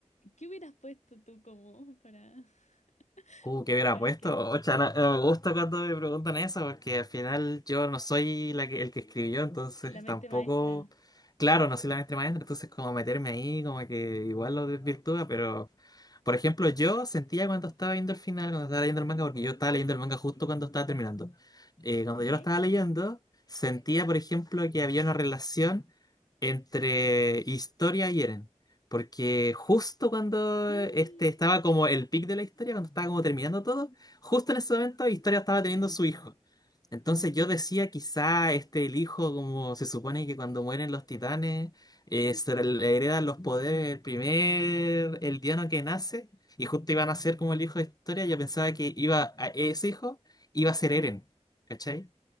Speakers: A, on the left; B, on the left.
A: qué hubieras puesto tú como para,
B: Uh,
A: <laughs>
B: ¿qué hubiera
A: para
B: puesto?
A: que
B: Ocha, no, no me gusta cuando me preguntan eso, porque al final yo no soy la que- el que escribió, entonces
A: la mente
B: tampoco,
A: maestra,
B: claro, no soy la maestra maestra, entonces como meterme ahí, como que igual lo desvirtúa, pero por ejemplo, yo sentía cuando estaba viendo el final, cuando estaba leyendo el manga, porque yo estaba leyendo el manga justo cuando estaba terminando. Eh, cuando
A: ¿ok?
B: yo lo estaba leyendo, sentía, por ejemplo, que había una relación entre historia y Eren. Porque justo cuando
A: Sí.
B: este estaba como el pic de la historia, cuando estaba como terminando todo, justo en ese momento Historia estaba teniendo su hijo. Entonces yo decía, quizá este el hijo, como se supone que cuando mueren los titanes, eh, se le heredan los poderes el primer el diano que nace, y justo iba a nacer como el hijo de Historia, yo pensaba que iba a ese hijo iba a ser Eren, ¿cachai?